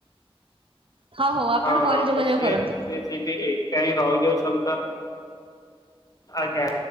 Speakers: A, on the right; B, on the left.
A: ହଉ ହଉ ଆପଣ
B: ହଁ
A: ପରେ
B: ତ
A: ଯୋଗାଯୋଗ
B: ସିଏ
A: କରନ୍ତୁ।
B: ସିଏ ସେଇଠି ଏକା ହିଁ ରହୁଯାଉଛନ୍ତି ତ ଆଜ୍ଞା